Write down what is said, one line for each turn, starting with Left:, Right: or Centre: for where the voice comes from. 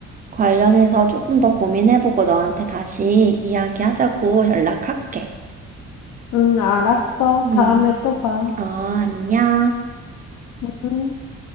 Right: 관련해서 조금 더 고민해보고 너한테 다시 이야기하자고 연락할게.
Left: 응, 알았어.
Right: 음.
Left: 다음에 또 봐.
Right: 어, 안녕.
Left: 응.